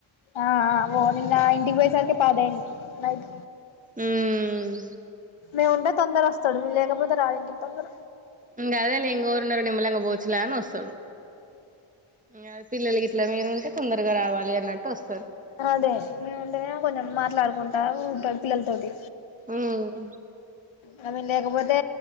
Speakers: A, on the left; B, on the right.
A: ఆ ఆ ఆబో నిన్న ఇంటికి పోయేసరికి పది అయ్యింది నైట్
B: హ్మ్మ్
A: లేదు ఉంటే తొందర వస్తాడు లేకపోతే రాడు ఇంటికి తొందర
B: ఇంగ అదేలే ఇంగో ఉన్నారు నిమ్మలంగ పోవొచ్చు లే అని వస్తడు ఇంగ పిల్లల గిట్ల మీరు ఉంటే తొందరగా రావాలి అన్నట్టు వస్తరు
A: అదే నేను ఉంటే ఏమో కొచం మాట్లాడుకుంటా ఉ పిల్లల తోటి
B: హ్మ్
A: తాను లేకపోతే